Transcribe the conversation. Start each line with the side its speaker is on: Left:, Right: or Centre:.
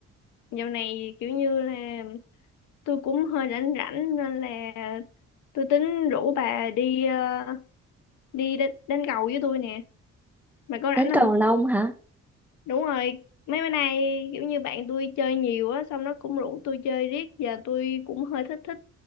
Left: dạo này kiểu như là tôi cũng hơi rảnh rảnh nên là tôi tính rủ bà đi ờ, đi đánh, đánh cầu với tôi nè bà có
Centre: đến
Left: rảnh
Centre: cầu
Left: không
Centre: lông hả
Left: Đúng rồi, mấy bữa nay kiểu như bạn tôi chơi nhiều á, xong nó cũng rủ tôi chơi riết, giờ tôi cũng hơi thích thích.